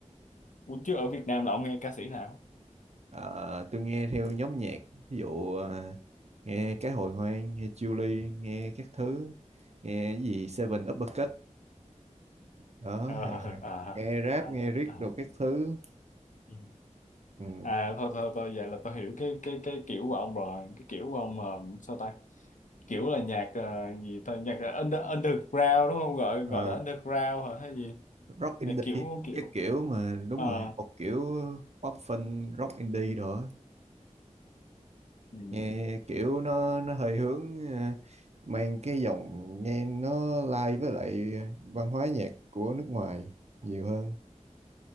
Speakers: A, on the left; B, on the right.
A: ủa, chứ ở Việt Nam là ông nghe ca sĩ nào?
B: Ờ, tôi nghe theo nhóm nhạc ví dụ à, nghe cái hồi hoang nghe Julie nghe các thứ nghe cái gì Seven Uppercut đó
A: <laughs> Ờ,
B: ờ,
A: à,
B: nghe rap
A: à,
B: nghe riết
A: à.
B: đồ các thứ
A: ừ.
B: ừ.
A: À thôi thôi thôi vậy là tôi hiểu cái cái cái kiểu của ông rồi, cái kiểu của ông ờ, sao ta? Kiểu là nhạc ờ, gì ta nhạc là under, underground đúng không? Gọi
B: Ờ,
A: gọi là underground hả hay gì?
B: rock indie
A: Là kiểu kiểu
B: các kiểu mà đúng
A: ờ,
B: rồi một kiểu pop fun rock indie rồi á.
A: ừ,
B: nghe kiểu nó nó hơi hướng à, mang cái dòng nghe nó lai với lại văn hóa nhạc của nước ngoài nhiều hơn